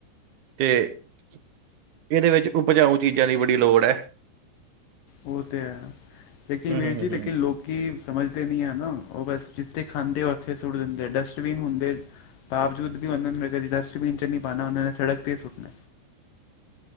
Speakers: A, on the right (about 70°); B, on the left (about 75°).
A: ਤੇ- ਤੇ। ਇਹਦੇ ਵਿੱਚ ਉਪਜਾਊ ਚੀਜ਼ਾਂ ਦੀ ਬੜੀ ਲੋੜ ਹੈ।
B: ਉਹ ਤੇ ਹੈ ਲੇਕਿਨ
A: ਹੂੰ
B: ਵੀਰ
A: ਹੂੰ ਹੂੰ
B: ਜੀ ਲੇਕਿਨ
A: ਹੂੰ
B: ਲੋਕ ਕੀ ਸਮਝਦੇ ਨੀ ਹੈ ਨਾ ਉਹ ਬਸ ਜਿੱਥੇ ਖਾਂਦੇ ਉੱਥੇ ਸੁੱਟ ਦਿੰਦੇ ਡਸਟਬਿਨ ਹੁੰਦੇ ਬਾਵਜੂਦ ਵੀ ਉਹਨਾਂ ਨੇ ਕਦੀ ਡਸਟਬਿਨ ਚ ਨਹੀਂ ਪਾਉ ਉਹਨਾਂ ਨੇ ਸੜਕ 'ਤੇ ਸੁੱਟਣਾ